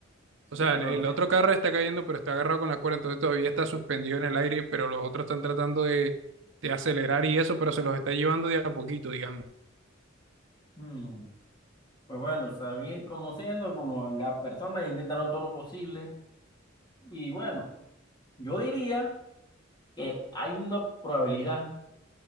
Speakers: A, on the right; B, on the left.
A: O
B: Y
A: sea,
B: entonces,
A: el el otro carro está cayendo, pero está agarrado con la cuerda, entonces todavía está suspendido en el aire, pero los otros están tratando de, de acelerar y eso, pero se los está llevando de a poquito, digamos.
B: mm, pues bueno, sabía, conociendo como las personas intentaron todo lo posible. Y bueno, yo diría que hay una probabilidad,